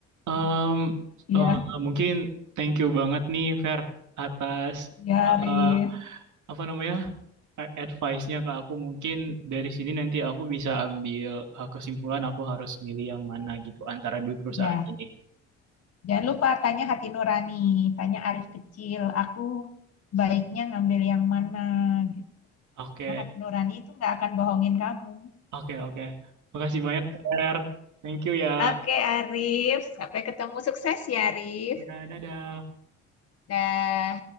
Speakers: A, on the right (about 55°); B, on the left (about 40°).
A: Um,
B: ya
A: uh, mungkin thank you banget nih, Fer, atas
B: Ya,
A: ah,
B: Arif.
A: apa namanya a- advice-nya ke aku mungkin dari sini nanti aku bisa ambil uh, kesimpulan aku harus milih yang mana gitu antara dua perusahaan
B: ya
A: ini.
B: jangan lupa tanya hati nurani tanya Arif kecil aku baiknya ngambil yang mana gitu
A: Oke,
B: karena hati nurani itu nggak akan bohongin kamu
A: oke, oke. Makasih banyak, Fer. Thank you ya.
B: Oke Arif sampai ketemu sukses ya Arif
A: Ya, dadah.
B: dah